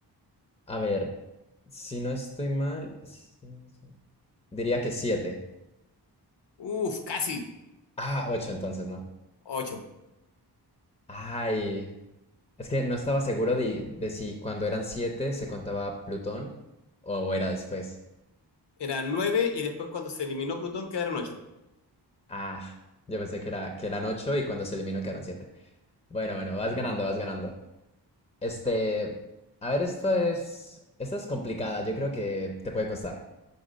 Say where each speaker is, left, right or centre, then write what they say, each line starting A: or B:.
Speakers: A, on the left; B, on the left.
A: a ver, si no estoy mal, si no estoy mal, diría que siete.
B: Uf, casi
A: Ah, ocho entonces, ¿no?
B: ocho.
A: Ay, es que no estaba seguro de, de si cuando eran siete se contaba Plutón o era después.
B: Eran nueve y después cuando se eliminó Plutón quedaron ocho.
A: Ah, yo pensé que era, que eran ocho y cuando se eliminó quedaron siete. Bueno, bueno, vas ganando, vas ganando. Este, a ver, esto es, esta es complicada, yo creo que te puede costar.